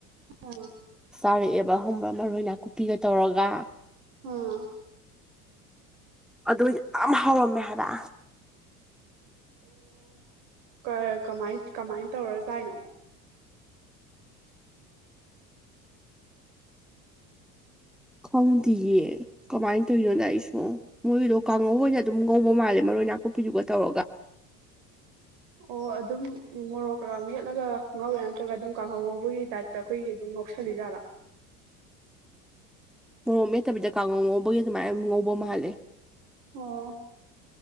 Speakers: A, on the right (about 60°); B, in the centre.
A: ꯑ
B: ꯌꯥꯔꯛꯑꯦꯕ ꯍꯕ ꯃꯔꯣꯏ ꯅꯥꯀꯨꯞꯄꯤꯒ ꯇꯧꯔꯒ
A: ꯑ
B: ꯑꯗꯨ ꯌꯥꯝ ꯍꯥꯎꯔꯝꯃꯦ ꯍꯥꯏꯔ
A: ꯑꯣꯃꯥꯏ ꯀꯃꯥꯏꯅ ꯇꯧꯔꯖꯗꯥꯏꯅꯣ
B: ꯈꯪꯗꯌꯦ ꯀꯃꯥꯏꯅ ꯇꯧꯔꯤꯅꯣꯗ ꯑꯩꯁꯨ ꯃꯣꯏꯒꯤꯗꯣ ꯀꯥꯡꯉꯧ ꯑꯣꯏꯅ ꯑꯗꯨꯝ ꯉꯧꯕ ꯃꯥꯜꯂꯦ ꯃꯔꯣꯏ ꯅꯥꯀꯨꯞꯄꯤꯗꯨꯒ ꯇꯧꯔꯒ
A: ꯑꯣ ꯑꯗꯨꯝ ꯃꯣꯔꯣꯛꯀ ꯃꯦꯠꯂꯒ ꯉꯧꯔꯦ ꯅꯠꯇ꯭ꯔꯒ ꯑꯗꯨꯝ ꯀꯥꯡꯍꯧ ꯉꯧꯕꯒꯤ ꯇꯥꯏꯞꯇ ꯑꯩꯈꯣꯏꯒꯤ ꯑꯗꯨꯝ ꯅꯣ ꯁꯂꯤꯖꯂ
B: ꯃꯣꯔꯣ ꯅꯦꯠꯇꯕꯤꯗ ꯀꯥꯡꯉꯧ ꯉꯧꯕꯒꯤ ꯑꯗꯨꯃꯥꯏꯅ ꯉꯧꯕ ꯃꯥꯜꯂꯦ
A: ꯑꯣ